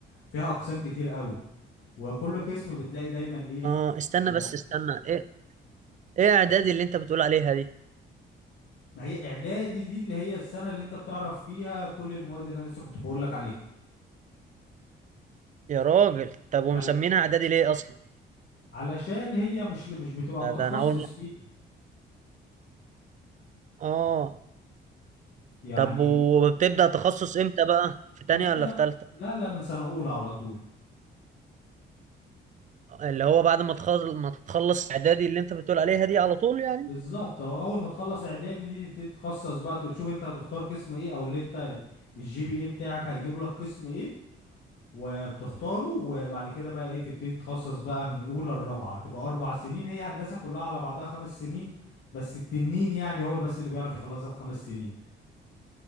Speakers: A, on the left; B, on the right.
A: فيها اقسام كتير قوي وكل قسم بتلاقي دايما ايه
B: اه استنى
A: آه
B: بس استنى ايه ايه اعدادي اللي انت بتقول عليها دي
A: ما هي اعدادي دي اللي هي السنة اللي انت بتعرف فيها كل المواد اللي انا لسه كنت بقول لك عليها
B: يا راجل طب ومسمينها
A: ايوه
B: اعدادي ليه اصلا
A: علشان هي مش مش بتبقى
B: ده
A: متخصص
B: ده انا اول مره
A: فيها
B: اه
A: يعني
B: طب وبتبدا تخصص امتى بقى في تانية
A: من سنة
B: ولا في تالتة
A: لا لا من سنة اولى على طول
B: اللي هو بعد ما تخلص ما تخلص اعدادي اللي انت بتقول عليها دي على طول يعني
A: بالظبط اهو اول ما تخلص اعدادي دي تبتدي تخصص بقى تشوف انت هتختار قسم ايه او اللي انت الجي بي اي بتاعك هيجيب لك قسم ايه وبتختاره وبعد كده بقى ايه تبتدي تتخصص بقى من اولى لرابعه تبقى اربع سنين هي هندسه كلها على بعضها خمس سنين بس التنين يعني هو اللي بس اللي بيعرف يخلصها في خمس سنين